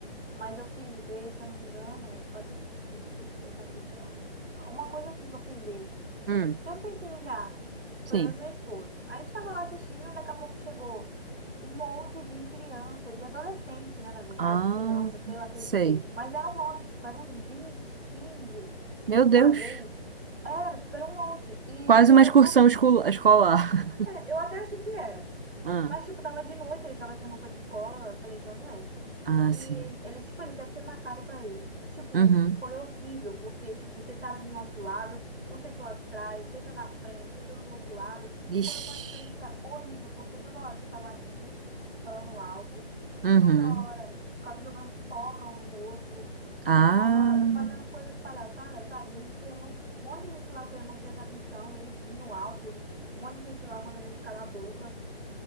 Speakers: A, on the right (about 90°); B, on the right (about 60°).
A: mas eu fui ver, se eu não me engano, eu até esqueci, acho que foi Capitão, né? Uma coisa assim que eu fui ver.
B: hum,
A: Tem um tempinho já.
B: sim.
A: Foi eu e meu esposo. A gente estava lá assistindo, daqui a pouco chegou um monte de criança, de adolescente, né? Na verdade,
B: Ah,
A: criança, sei lá aquele
B: sei.
A: povo. Mas era um monte, tipo, eram uns 20, 15
B: Meu
A: de
B: Deus.
A: uma vez. Era, tipo, era um monte. E
B: Quase
A: sendo
B: uma excursão
A: tudo, tipo,
B: escol- escolar.
A: é, eu até achei que era.
B: Ah,
A: Mas, tipo, tava de noite, ele estava sem roupa de escola. Eu falei, então não é.
B: ah,
A: E
B: sim.
A: eles, tipo, eles devem ter marcado pra ele. Tipo,
B: Uhum.
A: foi horrível, porque, tipo, sentaram do nosso lado, um sentou atrás, sentou na frente, sentou do outro lado. Tipo,
B: Ixi.
A: foi uma experiência horrível, porque toda hora a gente tava rindo, falando alto,
B: Uhum.
A: toda hora, tipo, ficava jogando pipoca um no outro,
B: Ah,
A: ficava fazendo coisas palhaçadas, sabe? E a gente querendo, um monte de gente lá querendo não prestar atenção, e eles rindo alto, um monte de gente lá mandando eles calar a boca.